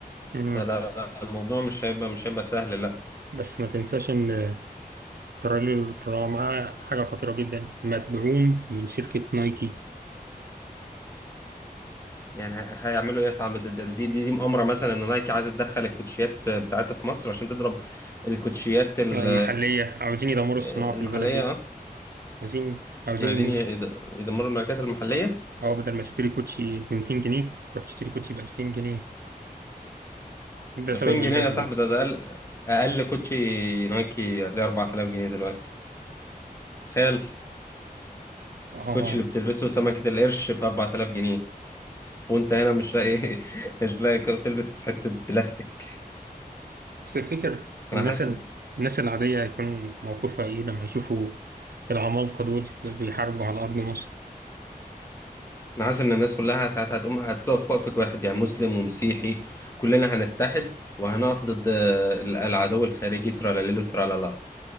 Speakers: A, on the right (about 80°); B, on the left (about 20°).
A: مم.
B: فلا لا، الموضوع مش هيبقى مش هيبقى سهل لا
A: بس ما تنساش إن الترالي اللي طلعوا معاه حاجة خطيرة جدا مدعوم من شركة نايكي
B: يعني ه- هيعملوا ايه يا صاحبي ده- ده- دي دي دي مؤامره مثلا ان نايكي عايزه تدخل الكوتشيات بتاعتها في مصر عشان تضرب الكوتشيات ال-
A: المحلية عاوزين يدمروا الصناعة
B: آه،
A: في
B: المحليه
A: البلد دي
B: اه
A: عاوزين عاوزين
B: عايزين ي- يد- يدمروا الماركات المحليه
A: أو بدل ما تشتري كوتشي ب 200 جنيه تروح تشتري كوتشي ب 2000 جنيه ده سبب
B: 2000
A: الجذب
B: جنيه يا صاحبي
A: ده
B: ده ده اقل اقل كوتشي نايكي هتلاقي 4000 جنيه دلوقتي تخيل
A: آه
B: الكوتشي
A: اه.
B: اللي بتلبسه سمكه القرش ب 4000 جنيه وانت هنا مش لاقي <laughs> مش لاقي كم- تلبس حتة بلاستيك
A: بس تفتكر
B: انا
A: الناس
B: حاسس
A: ال... الناس العادية هيكون موقفها إيه لما يشوفوا العمالقة دول بيحاربوا على أرض مصر
B: انا حاسس ان الناس كلها ساعات هتقوم هتقف وقفة واحد يعني مسلم ومسيحي كلنا هنتحد وهنقف ضد ال- العدو الخارجي ترالاليلو ترالالا